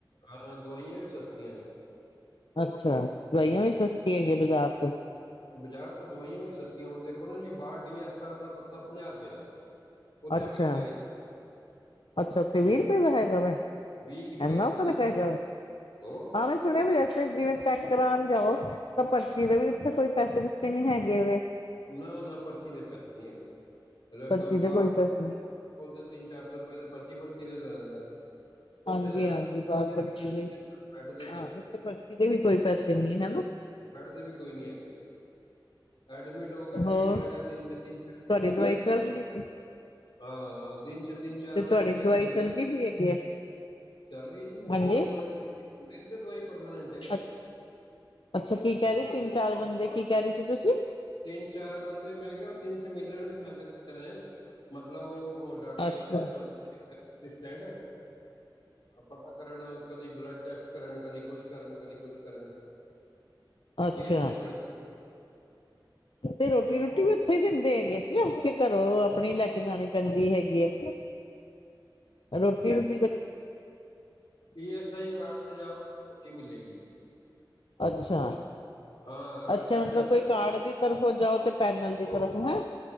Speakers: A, on the left; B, on the left.
A: ਹਾਂ ਦਵਾਈਆਂ ਵੀ ਸਸਤੀਆਂ ਨੇ
B: ਅੱਛਾ ਦਵਾਈਆਂ ਵੀ ਸਸਤੀਆਂ
A: ਹੂੰ
B: ਹੈਗੀਆਂ ਬਾਜ਼ਾਰ ਤੋਂ
A: ਬਾਜ਼ਾਰ ਤੋਂ ਦਵਾਈਆਂ ਵੀ ਸਸਤੀਆਂ ਹੁਣ ਦੇਖੋ ਨਾ ਜੀ ਬਾਹਰ ਡੀ ਐਸ ਆਰ ਦਾ ਪੱਤਾ ਪੰਜਾਹ ਰੁਪਏ ਦਾ ਉੱਥੇ
B: ਅੱਛਾ
A: ਵੀ ਬਹਿ
B: ਅੱਛਾ ਉੱਥੇ ਵੀਹ ਰੁਪਏ ਦਾ ਹੈਗਾ ਵ
A: ਰੁਪਏ ਕੀ
B: ਇੰਨਾ
A: ਰੁਪਏ
B: ਫਰਕ
A: ਦਾ ਹੈ
B: ਹੈਗਾ
A: ਮੇਰੇ
B: ਵ
A: ਕੋਲ। ਹੋਰ
B: ਸੁਣਿਆ ਹੋਆ ਜਿਵੇਂ ਚੈੱਕ ਕਰਾਉਣ ਜਾਓ ਤਾਂ ਪਰਚੀ ਦੇ ਵੀ ਉੱਥੇ ਕੋਈ ਪੈਸੇ ਪੂਸੇ ਨੀ ਹੈਗੇ
A: ਨਾ ਨਾ ਪਰਚੀ ਦੇ ਪੈਸੇ ਨਹੀਂ ਹੈਗੇ
B: ਪਰਚੀ ਦੇ
A: ਬਾਹਰ
B: ਕੋਈ ਪੈਸੇ ਨੀ
A: ਕੋਲ ਤੇ ਤਿੰਨ ਚਾਰ ਸੌ ਰੁਪਏ ਦੀ ਪਰਚੀ ਪਰਚੀ ਤੇ ਲੈ ਲੈਂਦਾ ਉੱਥੇ
B: ਹਾਂਜੀ
A: ਦਾ
B: ਹਾਂਜੀ
A: ਦੇ
B: ਬਾਲ ਪਰਚੀ
A: ਪੈਸੇ ਨੇ
B: ਦੇ
A: ਬੈੱਡ ਦੇ ਪੈਸੇ
B: ਹਾਂ ਉੱਥੇ ਪਰਚੀ ਦੇ ਵੀ ਕੋਈ ਪੈਸੇ ਨਹੀਂ ਹਨਾ।
A: ਬੈਡ ਦੇ ਵੀ ਕੋਈ ਨੀ ਹੈਗੇ ਐਡਮਿਟ ਦੋ ਗਏ
B: ਹੋਰ
A: ਟ੍ਰੀਟਮੈਂਟ ਹੈ ਦਿਨ ਚ ਤਿੰਨ ਚਾਰ
B: ਤੁਹਾਡੀ
A: ਵਾਰੀ
B: ਦਵਾਈ
A: ਡਾਕਟਰ
B: ਚੱਲ
A: ਹੋਰ
B: ਰਹੀ ਹੈਗੀ
A: ਹਾਂ ਦਿਨ ਚ ਤਿੰਨ ਚਾਰ
B: ਤੇ
A: ਵਾਰੀ
B: ਤੁਹਾਡੀ
A: ਉਹਨਾਂ
B: ਦਵਾਈ
A: ਦੇ ਬੰਦੇ
B: ਚੱਲਦੀ ਵੀ ਹੈਗੀ ਹੈ
A: ਚੱਲ ਰਹੀ ਹੈ ਜੀ ਮੇਰੀ
B: ਹਾਂਜੀ
A: ਤੇ ਪਰਮਾਨੈਂਟ ਮੇਰੀ ਤਾਂ ਦਵਾਈ ਪਰਮਾਨੈਂਟ ਹੈ
B: ਅ ਅੱਛਾ ਕੀ
A: ਹੂੰ।
B: ਕਹਿ ਰਹੀ ਤਿੰਨ ਚਾਰ ਬੰਦੇ ਕੀ ਕਹਿ ਰਹੇ ਸੀ ਤੁਸੀਂ
A: ਤਿੰਨ ਚਾਰ ਬੰਦੇ ਮੈਂ ਕਿਹਾ ਉਹ ਦਿਨ ਚ ਮਿਲਣ ਵੀ ਆਉਂਦੇ ਨੇ ਮਤਲਬ ਉਹ ਡਾਕਟਰਾਂ
B: ਅੱਛਾ
A: ਦੇ ਅਸਿਸਟੈਂਟ ਪਤਾ ਕਰਨ ਕਦੀ ਬਲੱਡ ਟੈਸਟ ਕਰਨ ਕਦੀ ਕੁਛ ਕਰਨ ਕਦੀ ਕੁਛ ਕਰਨ
B: ਅੱਛਾ
A: ਕੇਰ ਤੇ ਬੜੀ
B: ਤੇ ਰੋਟੀ ਰੂਟੀ ਵੀ ਉੱਥੇ ਹੀ ਦਿੰਦੇ ਹੈਗੇ ਹਨ ਨਾ ਘਰੋਂ ਆਪਣੀ ਲੈ ਕੇ ਜਾਣੀ ਪੈਂਦੀ ਹੈਗੀ ਹੈ ਰੋਟੀ ਰਟੀ
A: ਪੀ ਐੱਸ ਆਈ ਕਾਰਡ ਤੇ ਜਾ ਛੋਟੀ ਮਿਲੇਗੀ
B: ਅੱਛਾ
A: ਹਾਂ ਅਗਰ
B: ਅੱਛਾ
A: ਪੈਨਲ
B: ਮਤਲਬ
A: ਦੇ
B: ਕੋਈ
A: ਥਰੂ
B: ਕਾਰਡ ਦੀ ਤਰਫੋਂ ਜਾਓ ਤੇ ਪੈਨਲ ਦੀ ਤਰਫ ਹੈ